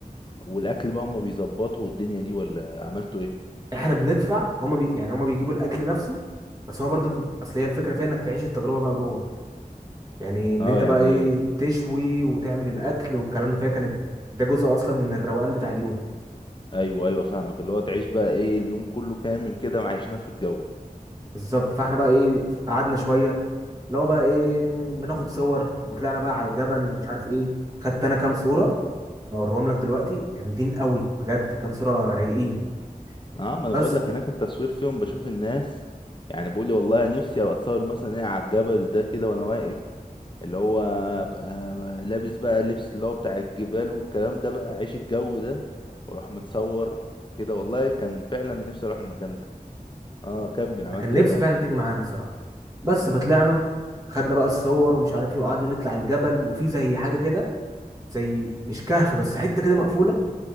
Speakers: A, on the left (about 35°); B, on the right (about 25°).
A: والأكل بقى هما بيظبطوا والدنيا دي ولا عملتوا ايه؟
B: احنا بندفع هما بي يعني هما بيجيبوا الاكل نفسه بس هو برضو بي... اصل هي الفكره فيها انك تعيش التجربه بقى جوه يعني ان
A: اه
B: انت
A: يعني
B: بقى ايه تشوي وتعمل الاكل والكلام ده فيها كانت ده جزء اصلا من الروقان بتاع اليوم
A: ايوه ايوه فاهمك اللي هو تعيش بقى ايه اليوم كله كامل كده معيشينك في الجو
B: بالظبط فاحنا بقى ايه قعدنا شويه اللي هو بقى ايه بناخد صور وطلعنا بقى على الجبل ومش عارف ايه خدت انا كام صوره هبقى اوريهم لك دلوقتي جامدين قوي بجد كام صوره رايقين
A: اه ما انا
B: بس
A: بقول لك هناك التصوير فيهم بشوف الناس يعني بقول لي والله نفسي ابقى اتصور مثلا ايه على الجبل ده كده وانا واقف اللي هو ابقى لابس بقى اللبس اللي هو بتاع الجبال والكلام ده بقى عيش الجو ده واروح متصور كده والله كان فعلا نفسي اروح المكان ده اه كمل عملته
B: انا كان نفسي
A: ايه بعدين
B: فعلا تيجي معانا الصراحه بس فطلعنا خدنا بقى الصور ومش عارف ايه وقعدنا نطلع الجبل وفي زي حاجه كده زي مش كهف بس حته كده مقفوله